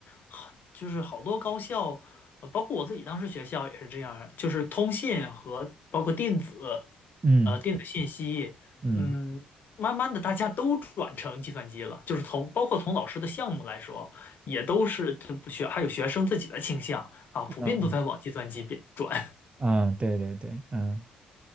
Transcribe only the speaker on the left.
很就是好多高校，呃包括我自己当时学校也是这样儿就是通信和包括电子，
呃，电子信息，
嗯，慢慢的大家都转成计算机了，就是从包括从老师的项目来说，也都是这不学还有学生自己的倾向啊，普遍都在往计算机变转。
<laughs>